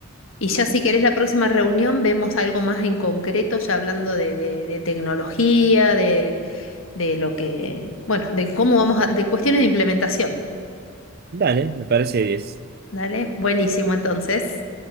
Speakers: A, on the left; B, on the right.
A: y ya si querés la próxima reunión vemos algo más en concreto, ya hablando de, de- de tecnología, de, de lo que, bueno, de cómo vamos a, de cuestiones de implementación.
B: Dale, me parece 10.
A: Dale, buenísimo entonces.